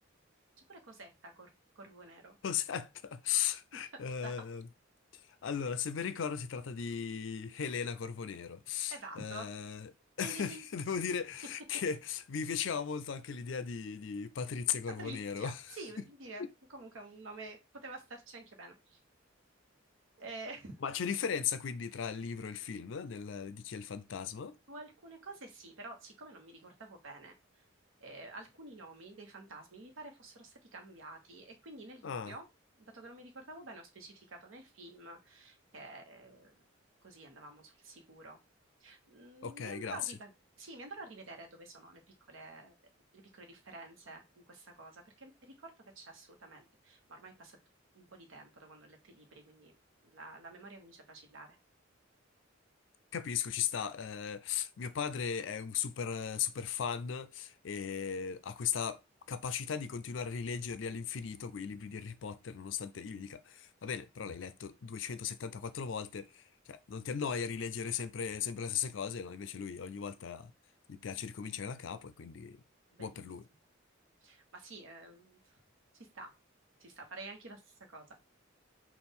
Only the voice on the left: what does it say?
<laughs> Aspetta.
Eh, allora, se ben ricordo, si tratta di Elena Corbonero.
Eh, <laughs>
devo dire
che mi piaceva molto anche l'idea di, di Patrizia Corbonero.
<laughs>
Ma c'è differenza quindi tra il libro e il film, nel- di chi è il fantasma?
Ah,
ok,
grazie.
Capisco, ci sta. Eh, mio padre è un super, super fan e ha questa capacità di continuare a rileggerli all'infinito, quei libri di Harry Potter, nonostante io gli dica, va bene, però l'hai letto 274 volte, cioè non ti annoia rileggere sempre, sempre le stesse cose, no? Invece lui ogni volta gli piace ricominciare da capo e quindi
buon per lui.